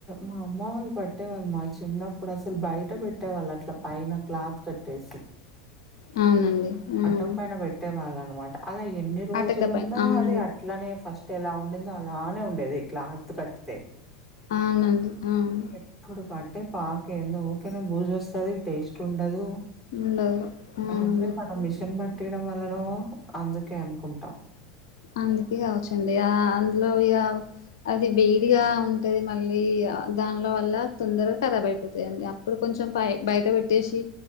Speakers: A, in the centre; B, on the left.
A: మా అమ్మ వాళ్ళు పట్టేవాళ్ళు మా చిన్నప్పుడు అసలు బయట పెట్ ట్టే వాళ్ళు అట్లా పైన క్లాత్ కట్టేసి
B: అవునండి హ్మ్.
A: అట్టక పైన పెట్టే వాళ్ళు అన్నమాట అలా ఎన్ని రోజులున్నా
B: అటక పైన అవునండి
A: అది అట్లనే ఫస్ట్ ఎలా ఉండిందో అలానే ఉండేది క్లాత్ కట్
B: అవునండి అవును
A: ఇప్పుడు కట్టే పాక ఏందో ఊకనే బూజు వస్తది టేస్ట్ ఉండదు
B: ఉండదు అవునండి
A: అదే మనం మిషన్ పట్టియడం వల్లనో అందుకే అనుకుంటాం
B: అందుకే కావచ్చు అండి ఆ అందులో ఇగ అది వేడిగా ఉంటది మళ్ళీ దానిలో వల్ల తొందరగా ఖరాబ్ అయిపోతయండి ఇప్పుడు కొంచెం పై బయట పెట్టేషి